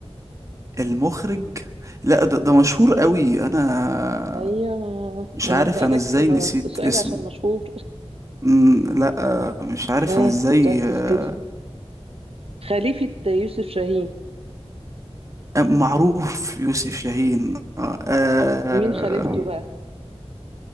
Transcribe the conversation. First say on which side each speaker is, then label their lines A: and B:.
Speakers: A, on the right (about 30°); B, on the right (about 60°).
A: المخرج لا ده, ده مشهور قوي انا
B: ايوه ما
A: مش
B: ما
A: عارف
B: انا سألك
A: انا ازاي
B: ما
A: نسيت
B: س- سؤال
A: اسمه
B: عشان مشهور
A: مم، لا آه، مش عارف
B: اه
A: انا ازاي
B: ركز
A: آه،
B: كده خليفة يوسف شاهين
A: آه، معروف يوسف شاهين آه، آه،
B: مين خليفته بقى